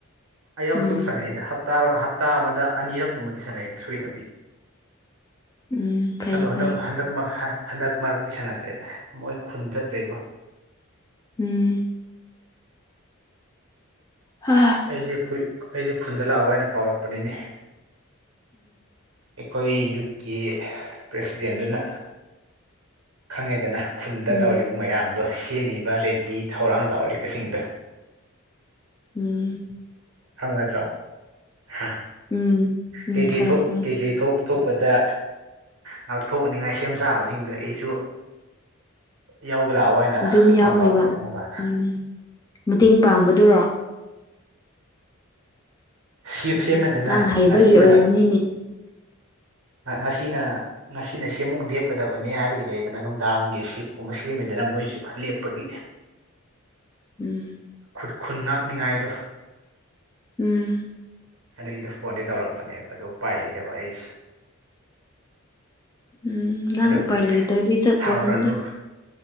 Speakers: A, on the right; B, on the left.
A: ꯑꯩꯌꯥꯝ
B: ꯎꯝ
A: ꯑꯗꯨꯝ ꯁꯥꯟꯅꯩꯗ ꯞꯇꯥ ꯍꯞꯇꯥ ꯑꯃꯗ ꯑꯅꯤꯔꯛ ꯀꯨꯝꯕꯗꯤ ꯁꯥꯟꯅꯩꯗ ꯁꯣꯏꯗꯕꯤ
B: ꯎꯝ ꯐꯩ
A: ꯍꯗꯣ ꯍꯟꯗꯛ
B: ꯐꯩ
A: ꯍꯟꯗꯛ ꯃꯥ ꯍꯟꯗꯛ ꯃꯔꯛꯇꯤ ꯁꯥꯟꯅꯗ꯭ꯔꯦꯗ ꯃꯣꯏ ꯈꯨꯟ ꯆꯠꯇ꯭ꯔꯦꯀꯣ
B: ꯎꯝ ꯎꯝ
A: ꯑꯩꯁꯦ ꯑꯩꯁꯦ ꯈꯨꯟꯗ ꯂꯥꯛꯑꯣ ꯍꯥꯏꯅ ꯀꯥꯎꯔꯛꯄꯅꯤꯅꯦ ꯑꯩꯈꯣꯏ ꯌꯨꯠꯀꯤ ꯄ꯭ꯔꯦꯁꯤꯗꯦꯟꯗꯨꯅ ꯈꯪꯉꯦꯗꯅ ꯈꯨꯟꯗ
B: ꯎꯝ
A: ꯇꯧꯔꯤꯕ ꯃꯌꯥꯝ ꯑꯗꯣ ꯁꯦꯝꯃꯤꯕ ꯔꯦꯗꯤ ꯊꯧꯔꯥꯡ ꯇꯧꯔꯤꯕꯁꯤꯡꯗꯣ
B: ꯎꯝ
A: ꯈꯪꯒꯗ꯭ꯔꯣ ꯍꯥ
B: ꯎꯝ ꯎꯝ
A: ꯀꯩ ꯀꯩ
B: ꯈꯪꯉꯤ
A: ꯊꯣꯛ
B: ꯈꯪꯉꯤ
A: ꯀꯩ ꯀꯩ ꯊꯣꯛ ꯥꯊꯣꯛꯄꯗ ꯉꯥꯛꯊꯣꯛꯅꯤꯡꯉꯥꯏ ꯁꯦꯝ ꯁꯥꯕꯁꯤꯡꯗꯣ ꯑꯩꯁꯨ ꯌꯥꯎꯧꯕ ꯂꯥꯛꯑꯣ ꯍꯥꯏꯅ
B: ꯑꯗꯨꯝ ꯌꯥꯎꯔꯤꯕ
A: ꯐꯣꯟ ꯇꯧꯔꯛꯄꯒꯨꯝꯕ
B: ꯎꯝ ꯃꯇꯦꯡ ꯄꯥꯡꯕꯗꯨꯔꯣ
A: ꯁꯤꯞ
B: ꯎꯝ
A: ꯁꯦꯝꯃꯗꯅ
B: ꯅꯪ ꯍꯩꯕꯒꯤ
A: ꯉꯁꯤꯅ
B: ꯑꯣꯏꯔꯝꯅꯤꯅꯦ <unintelligible> <inaudible>
A: ꯉꯁꯤꯅ ꯉꯁꯤꯅ ꯁꯦꯝꯃꯨꯛ ꯂꯦꯞꯀꯗꯕꯅꯤ ꯍꯥꯏꯕꯒꯤ ꯂꯩꯗꯅ ꯅꯨꯡꯗꯥꯡꯒꯤ ꯁꯤꯐꯀꯨꯝꯕ ꯁꯦꯝꯃꯤꯗꯅ ꯃꯣꯏꯁ ꯂꯤꯞ ꯄꯒꯤ
B: ꯎꯝ
A: ꯈꯨ ꯈꯨꯟ ꯉꯥꯛꯅꯤꯉꯥꯏꯗꯣ
B: ꯎꯝ
A: ꯑꯗꯨꯒꯤꯗꯤ ꯐꯣꯟꯗꯤ ꯇꯧꯔꯛꯄꯅꯦꯕ ꯑꯣ ꯎꯄꯥꯏ ꯂꯩꯇꯕ ꯑꯩꯁꯦ
B: ꯎꯝ ꯅꯪ
A: ꯑꯗꯨꯒꯤ
B: ꯎꯄꯥꯏ ꯂꯩꯗꯗꯤ ꯆꯠꯠꯇꯗ
A: ꯁꯥꯎꯔꯅꯨ